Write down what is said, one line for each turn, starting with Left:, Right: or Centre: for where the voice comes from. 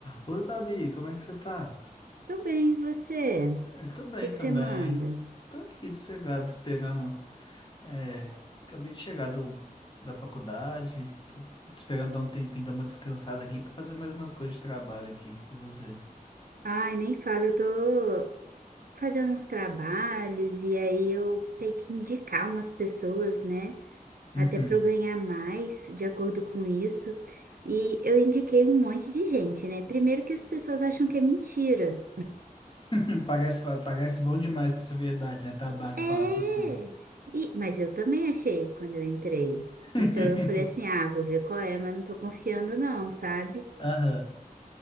Left: Oi, Babi, como é que você tá?
Right: Tô bem, e você? O
Left: Eu tô bem
Right: que que
Left: também.
Right: você manda?
Left: Tô aqui sossegado, esperando. É, acabei de chegar do, da faculdade. Tô esperando dar um tempinho, dar uma descansada aqui pra fazer mais umas coisas de trabalho aqui. E você?
Right: Ai, nem falo, eu tô fazendo uns trabalhos e aí eu tenho que indicar umas pessoas, né? Até
Left: Uhum.
Right: para eu ganhar mais de acordo com isso. E eu indiquei um monte de gente, né? Primeiro que as pessoas acham que é mentira.
Left: <laughs> Parece, fa- parece bom demais pra ser verdade, né? Trabalho
Right: É!
Left: fácil assim.
Right: E, mas eu também achei quando eu entrei.
Left: <laughs>
Right: Então eu falei assim: ah, vou ver qual é, mas não tô confiando, não, sabe?
Left: Aham,